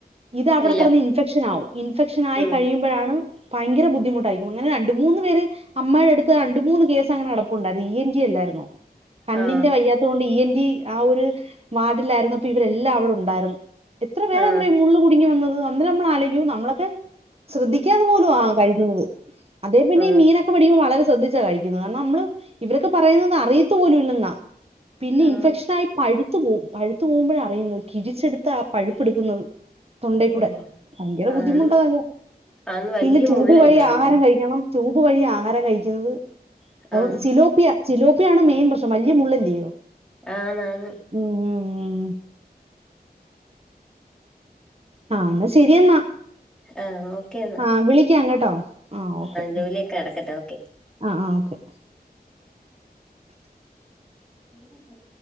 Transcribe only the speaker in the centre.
ഇല്ല
ഉം
ആ
ആ
ആ
ആ
ഓ
ആണ്
ആന്ന് വല്യ
മുള്ളല്ലേ
അതിന്റെ
ആ
ആ മാങ്ങും
ആ ഓക്കെ എന്നാ
ജോലിയൊക്കെ നടക്കട്ടെ ഓക്കെ
ഉ <unintelligible>